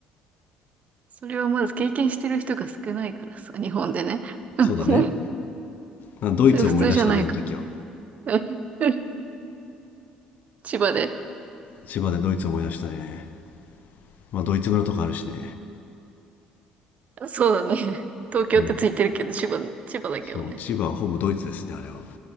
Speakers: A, on the right (about 45°); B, on the left (about 55°).
A: それはまず経験してる人が少ないからさ、日本でね。<laughs>
B: そうだね。あドイツ思い出したね、
A: それ普通じゃないか。
B: あの時は。
A: <laughs> 千葉で。
B: 千葉でドイツ思い出したね。まあ、ドイツ村とかあるしね。
A: そうだね。東京ってついてるけど、
B: うん。
A: 千葉、千葉だけどね。
B: そう、千葉はほぼドイツですね、あれは。